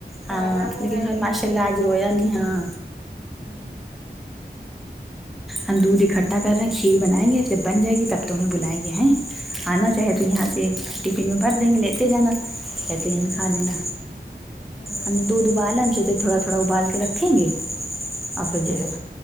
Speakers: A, on the left; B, in the centre.
A: پہلا
B: ہاں
A: وہ
B: لیکن
A: ہے
B: ہ ماشاء اللہ آج رویا نہیں ہاں
A: ہوں
B: ہم دودھ اکٹھا کر رہے ہیں کھیر بنائیں گے جب بن جائے گی تب تو ہمیں بلائیں گے ہیں آنا چاہے
A: ٹھیک
B: تو یہاں سے ٹفن میں بھر دیں گے لیتے جانا یا تو یہی
A: ہ
B: کھا لینا
A: ہ ہ
B: ہم
A: ہ
B: دودھ ابآل ہم سے تھوڑا تھوڑا ابال کے رکھیں گے اور پھر جو ہے